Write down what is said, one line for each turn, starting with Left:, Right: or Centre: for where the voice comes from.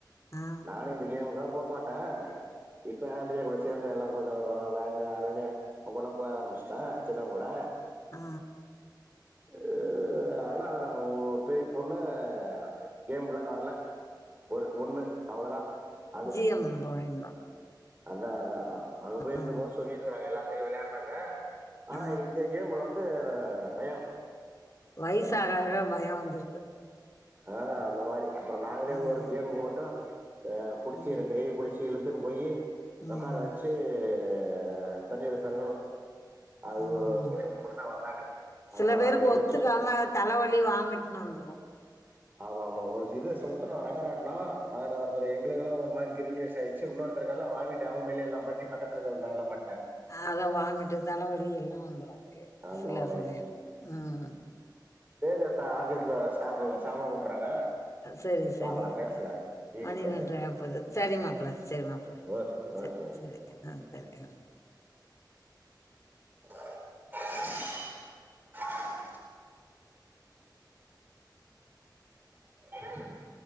Left: ஆ
Right: நானு இந்த கேமுக்குலா போ மாட்டே இப்ப ஆண்டிகள் கூட சேந்து எல்லா கொஞ்சோ வரு <unintelligible> அவ்ங் கூட்லா போக ஆரம்பிஷ்ட்டே சின்னவங்கூட
Left: ஆ
Right: ஆ ஆனா ஆ உங்களோட பெரிய பொண்ணு கேம் குள்ள வர்ல ஒரு ஒன்னு அவ்ளோதா அது
Left: யம் போயிருந்தோ
Right: அதா அதா அங்க போயிருக்கும்
Left: ஆ
Right: போது சொல்லியிருக்குறாங்க எல்லாத்லியு விள்யானுன்னு ஆனா
Left: ஆ
Right: இந்த கேம் உள்ள வந்து பயோ
Left: வய்சாக ஆகா பயோ வந்திருது
Right: ஆ அந்த மாரி அப்புறோ நாங்களே
Left: ம்
Right: ஒரு கேமு மட்டு அ புடிச்சி
Left: ம்
Right: ரெண்டு கைய புடிச் சி இழுத்துன்னு போயி
Left: ம்
Right: உக்கார வெச்சு அ தண்ணியில சருக்குணோ அது
Left: ம்
Right: ஒரு ஓட்டத்துக்கு மட்டுந்தா வந்தாங்க அதனால
Left: சில பேருக்கு
Right: அப்டி போச்சு
Left: ஒத்துக்காம தலவலி வாமிட்ன்னு வந்துரு
Right: ஆமா ஆமா ஒரு இது சுத்தணோ ரங்கராட்டனோ அதுல ஒருத்தரு எங்களுக்குலா ஒரு மாரி கிர்ருன்மேர்சாய்ச் சி இன்னோருத்தருகெல்லா வாமிட்டு அவுங்க மட்ல எல்லாம் பண்ணி பக்கத்துலகிறங் மேலலா பண்டாங்க
Left: அதா வாமிட்டு தலவலி எல்லா வந்துரு அப்டியே
Right: அந்த
Left: சில
Right: மாரி
Left: சமயோ
Right: ஆயிடுச்சு
Left: ம்
Right: சேரி அத்த ஆஃபீஸ்ல ஸ்டாஃபுங்க சாப்பிட கூப்புட்றாங்க
Left: செரி செரி
Right: பாக்கலா பேசலா ஈவினிங்
Left: மணி
Right: பேசலா
Left: ரெண்ட்ரை ஆவ போது சரி மாப்ள சரி மாப்ள
Right: ஓகே
Left: சரி
Right: ஓகே ஓகே
Left: சரி
Right: மா
Left: ஆ சரி
Right: <inaudible> <inaudible>